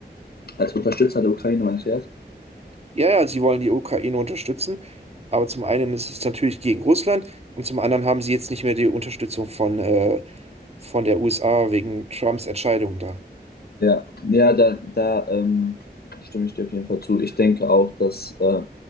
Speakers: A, on the left (about 65°); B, on the right (about 35°).
A: Als Unterstützer der Ukraine, meinst du jetzt?
B: Ja, ja, sie wollen die Ukraine unterstützen, aber zum einen ist es natürlich gegen Russland und zum anderen haben sie jetzt nicht mehr die Unterstützung von, äh, von der USA wegen Trumps Entscheidung da.
A: Ja, ja, da, da ähm, stimme ich dir auf jeden Fall zu. Ich denke auch, dass äh,